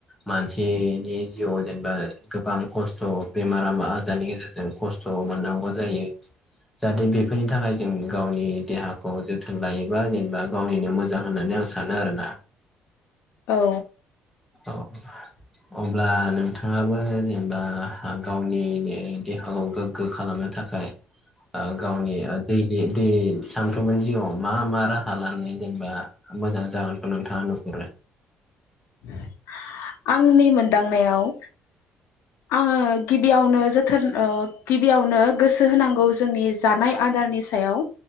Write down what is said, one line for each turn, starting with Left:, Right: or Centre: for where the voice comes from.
Centre: मानसिनि जिउआव जेनेबा गोबां खस्थ बेमार आजारनि गेजेरजों खस्थ' मोननांगौ जायो। जाहाथे बेफोरनि थाखाय जों गावनि देहाखौ जोथोन लायोबा जेनेबा गावनिनो मोजां होननानै आं सानो आरो ना।
Left: औ
Centre: औ अब्ला नोंथाङाबो जेनेबा गावनि दे देहाखौ गोग्गो खालामनो थाखाय। ओ गावनि दैलि बे सानफ्रोमबोनि जिउआव मा मा राहा लानो जेनेबा मोजां जागोनखौ नोंथाङा नुहुरो।
Left: <inaudible> आंनि मोनदांनायाव आङो गिबियावनो जोथोन गिबियावनो गोसो होनांगौ। जोंनि जानाय आदारनि सायाव